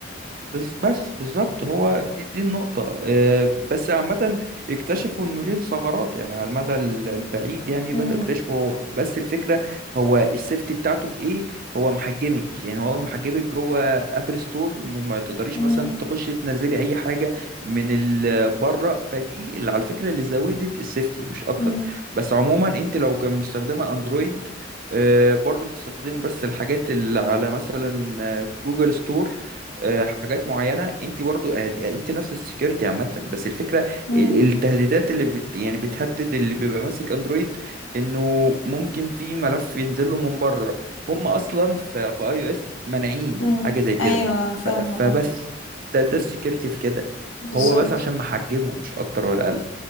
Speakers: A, on the right; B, on the left.
A: بس بس بالظبط هو دي دي النقطة آه، بس عامة اكتشفوا انه ليه ثغرات يعني على المدى ال- البعيد يعني بدأوا
B: امم
A: يكتشفوا هو بس الفكرة هو السيفتي بتاعته في ايه هو محجمك يعني هو محجمك جوه ابل ستور وما تقدريش
B: امم
A: مثلا تخشي تنزلي اي حاجة من ال- بره فدي اللي على الفكرة اللي زودت السيفتي مش اكتر
B: امم
A: بس عموما انت لو كان مستخدمة اندرويد آه، برضو بتستخدمي بس الحاجات اللي على مثلا آه، جوجل ستور آه، حاجات معينه انت برضو هت- يعني انت نفس السكيورتي عامه بس الفكره
B: امم
A: ال- التهديدات اللي بت يعني بتهدد اللي بيبقى ماسك اندرويد انه ممكن في ملف ينزل له من بره هم اصلا في في اي او اس مانعين
B: امم
A: حاجه زي كده
B: ايوه فاهمه
A: ف- فبس
B: اه
A: ده ده السكيورتي في كده
B: بالظبط
A: هو بس عشان محجمه مش اكتر ولا اقل